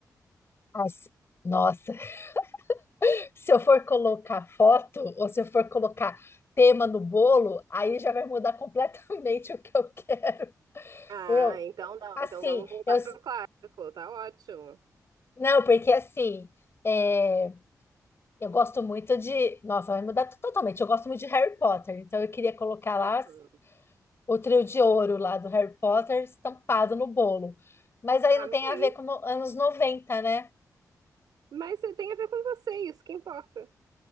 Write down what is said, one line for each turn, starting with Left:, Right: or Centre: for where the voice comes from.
Left: Ah, se- Nossa, <laughs> se eu for colocar foto ou se eu for colocar tema no bolo, aí já vai mudar completamente <laughs> o que eu quero.
Right: Ah,
Left: Eu,
Right: então não.
Left: assim,
Right: Então vamos voltar
Left: eu,
Right: pro clássico. Tá ótimo.
Left: não, porque assim. é, Eu gosto muito de. Nossa, vai mudar totalmente. Eu gosto muito de Harry Potter, então eu queria colocar lá
Right: Uhum.
Left: o trio de ouro lá do Harry Potter estampado no bolo. Mas aí
Right: Amei.
Left: não tem a ver com no- anos noventa, né?
Right: Mas eh, tem a ver com você, isso que importa.